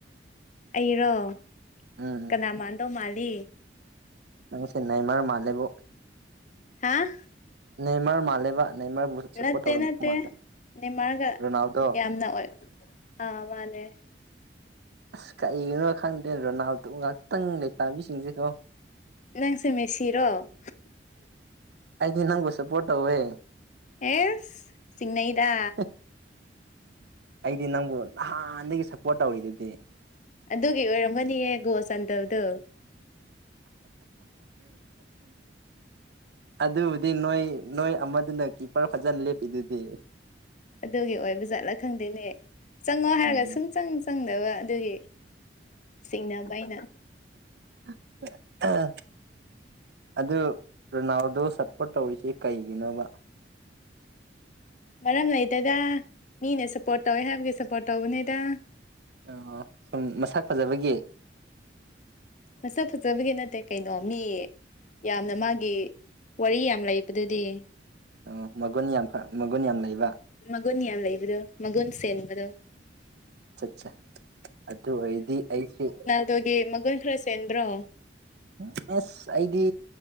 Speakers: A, on the left; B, on the right.
A: ꯑꯩꯔꯣ
B: ꯎꯝ
A: ꯀꯅꯥ ꯃꯥꯟꯗꯧ ꯃꯥꯜꯂꯤ
B: ꯅꯪ <unintelligible> ꯃꯥ ꯃꯥꯜꯂꯦꯕꯨ
A: ꯍꯥꯥ
B: ꯅꯦꯃꯔ ꯃꯥꯜꯂꯦꯕ ꯅꯦꯃꯔꯕꯨ ꯁꯞꯄꯣꯔꯠ
A: ꯅꯠꯇꯦ
B: ꯇꯧꯔꯝꯗꯧ
A: ꯅꯠꯇꯦ
B: ꯃꯥꯜꯂꯦ
A: ꯅꯦꯃꯔꯒ
B: ꯔꯣꯅꯥꯜꯗꯣ
A: ꯌꯥꯝꯅ ꯑꯣꯏ ꯑꯥ ꯃꯥꯅꯦ
B: ꯑꯁ ꯀꯩꯒꯤꯅꯣ ꯈꯪꯗꯦ ꯔꯣꯅꯥꯜꯗꯣ ꯉꯥꯛꯇꯪ ꯂꯩꯈꯥꯕꯤꯁꯤꯡꯁꯦꯀꯣ
A: ꯅꯪꯁꯦ ꯃꯦꯁꯤꯔꯣ
B: ꯑꯩꯗꯤ ꯅꯪꯕꯨ ꯁꯄꯣꯔꯠ ꯇꯧꯋꯦ
A: ꯑꯦꯁ ꯆꯤꯡꯅꯩꯗ
B: <unintelligible> ꯑꯩꯗꯤ ꯅꯪꯕꯨ ꯅꯍꯥꯟꯗꯒꯤ ꯁꯞꯄꯣꯔꯠ ꯇꯧꯔꯤꯗꯨꯗꯤ
A: ꯑꯗꯨꯒꯤ ꯑꯣꯏꯔꯝꯒꯅꯤꯌꯦ ꯒꯣꯜ ꯆꯟꯗꯕꯗꯣ
B: ꯑꯗꯨꯕꯨꯗꯤ ꯅꯣꯏ ꯅꯣꯏ ꯑꯃꯗꯨꯅ ꯀꯤꯞꯄꯔ ꯐꯖꯅ ꯂꯦꯞꯄꯤꯗꯨꯗꯤ
A: ꯑꯗꯨꯒꯤ ꯑꯣꯏꯕ ꯖꯥꯠꯂꯥ ꯈꯪꯗꯦꯅꯦ ꯆꯪꯉꯣ ꯍꯥꯏꯔꯒ
B: ꯎꯝ
A: ꯁꯨꯡ ꯆꯪ ꯆꯪꯗꯕ ꯑꯗꯨꯒꯤ ꯆꯤꯡꯅꯕ ꯑꯩꯅ
B: <unintelligible> ꯑꯗꯨ ꯔꯣꯅꯥꯜꯗꯣ ꯁꯞꯄꯣꯔꯠ ꯇꯧꯔꯤꯁꯦ ꯀꯩꯒꯤꯅꯣꯕ
A: ꯃꯔꯝ ꯂꯩꯇꯦꯗ ꯃꯤꯅ ꯁꯞꯄꯣꯔꯠ ꯇꯧꯋꯦ ꯍꯥꯏꯕꯒꯤ ꯁꯞꯄꯣꯔꯠ ꯇꯧꯕꯅꯦꯗ
B: ꯑꯩꯌꯣ ꯁꯨꯝ ꯃꯁꯛ ꯐꯖꯕꯒꯤ
A: ꯃꯁꯛ ꯐꯖꯕꯒꯤ ꯅꯠꯇꯦ ꯀꯩꯅꯣ ꯃꯤ ꯌꯥꯝꯅ ꯃꯥꯒꯤ ꯋꯥꯔꯤ ꯌꯥꯝ ꯂꯩꯕꯗꯨꯗꯤ
B: ꯑꯣ ꯃꯒꯨꯟ ꯌꯥꯝ ꯐꯥ ꯃꯒꯨꯟ ꯌꯥꯝ ꯂꯩꯕ
A: ꯃꯒꯨꯟ ꯌꯥꯝ ꯂꯩꯕꯗꯣ ꯃꯒꯨꯟ ꯁꯦꯟꯕꯗꯣ
B: ꯆꯠꯆꯥ ꯑꯗꯨꯑꯣꯏꯗꯤ ꯑꯩꯒꯤ
A: ꯑꯗꯨꯒꯤ ꯃꯒꯨꯟ ꯈꯔ ꯆꯦꯟꯕ꯭ꯔꯣ
B: ꯎꯝ ꯑꯁ ꯑꯩꯗꯤ